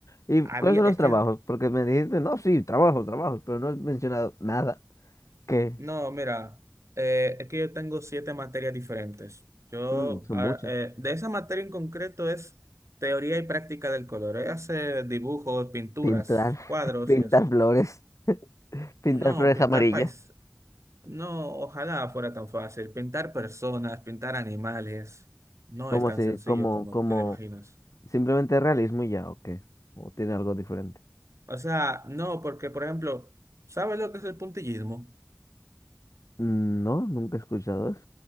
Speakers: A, on the left; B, on the right.
A: ¿Y
B: había,
A: cuáles son
B: es
A: los trabajos?
B: que,
A: Porque me dijiste, no, sí, trabajos, trabajos, pero no has mencionado nada. ¿Qué?
B: no, mira, eh, es que yo tengo siete materias diferentes. Yo,
A: Mm, son
B: ah,
A: muchas.
B: eh, de esa materia en concreto es teoría y práctica del color. Ella hace dibujos, pinturas,
A: Pintar,
B: cuadros
A: <laughs> pintar
B: y eso.
A: flores, <laughs> pintar
B: No,
A: flores
B: pintar
A: amarillas.
B: pais, no, ojalá fuera tan fácil. Pintar personas, pintar animales, no
A: ¿Cómo
B: es tan
A: se,
B: sencillo
A: como,
B: como
A: como,
B: te lo imaginas.
A: simplemente realismo y ya, o qué? ¿O tiene algo diferente?
B: O sea, no, porque, por ejemplo, ¿sabes lo que es el puntillismo?
A: Mm, No, nunca he escuchado eso.